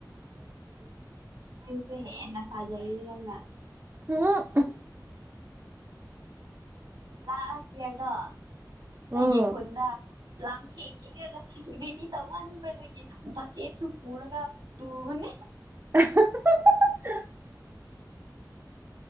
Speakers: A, on the right; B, on the right.
A: ꯅꯪꯁꯨ ꯍꯦꯟꯅ ꯐꯖꯔꯤꯅꯦ ꯅꯪꯅ
B: ꯎꯝ
A: ꯂꯥꯁ ꯌꯤꯔꯗꯣ
B: ꯎꯝ
A: ꯅꯪꯒꯤ ꯈꯨꯣꯟꯗ ꯂꯥꯛꯀꯦꯈꯟꯈꯤꯒ ꯔꯦꯗꯤ ꯇꯧꯃꯟꯥꯟꯕꯗꯒꯤ ꯚꯀꯦꯠꯁꯨ ꯄꯨꯔꯒ ꯇꯨꯕꯅꯦ
B: ꯍ